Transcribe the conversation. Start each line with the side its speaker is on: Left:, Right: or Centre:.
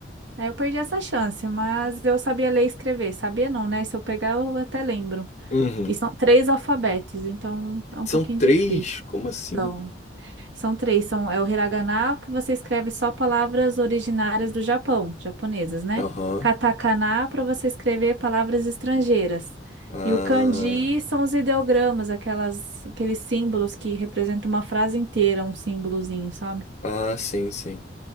Right: Aí eu perdi essa chance, mas eu sabia ler e escrever. Sabia não, né? Se eu pegar, eu até lembro.
Left: Uhum.
Right: E são três alfabetos, então é um
Left: São
Right: pouquinho
Left: três?
Right: difícil.
Left: Como assim?
Right: então são três, são, é o hiragana, que você escreve só palavras originárias do Japão, japonesas, né?
Left: Aham.
Right: Katakana, para você escrever palavras estrangeiras.
Left: Ah,
Right: E o kanji são os ideogramas, aquelas, aqueles símbolos que representam uma frase inteira, um símbolozinho, sabe?
Left: ah, sim, sim.